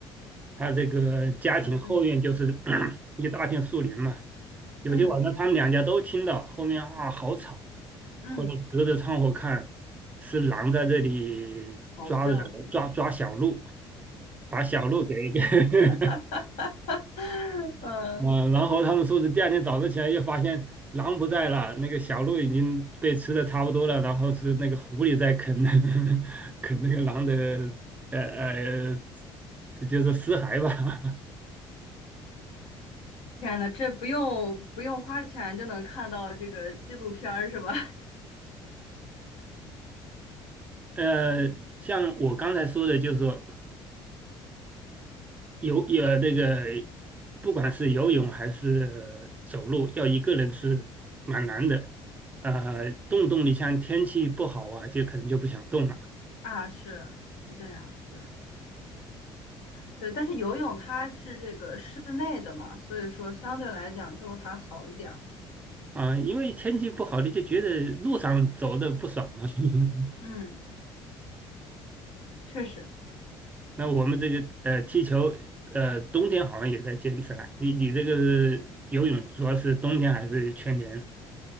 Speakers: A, on the right; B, on the left.
A: 他这个家庭后院就是
B: 嗯
A: <clears throat> 一大片树林嘛，有些晚上他们两家都听到，
B: 嗯
A: 后面啊好吵，
B: 嗯，
A: 后来隔着窗户看是狼在这里抓着抓抓小鹿，
B: 嚎叫声。
A: 把小鹿给 <laughs> 给
B: <laughs> 嗯，
A: 嗯，然后他们说是第二天早上起来又发现狼不在了，那个小鹿已经被吃的差不多了，然后是那个狐狸在啃 <laughs> 啃那个狼的呃呃，这就是尸骸吧。<laughs>
B: 天呐，这不用不用花钱就能看到这个纪录片儿是吧？<laughs>
A: 呃，
B: 嗯
A: 像我刚才说的，就是说游呃那个，不管是游泳还是呃走路，要一个人是蛮难的。呃，动动你像天气不好啊，就可能就不想动了
B: 啊，是是这样，对对，但是游泳它是这个室内的嘛，所以说相对来讲就还好一点儿。
A: 啊，因为天气不好，你就觉得路上走的不爽嘛。<laughs>
B: 嗯。确实，
A: 那我们这个呃踢球，呃冬天好像也在坚持了。你你这个是游泳主要是冬天还是全年？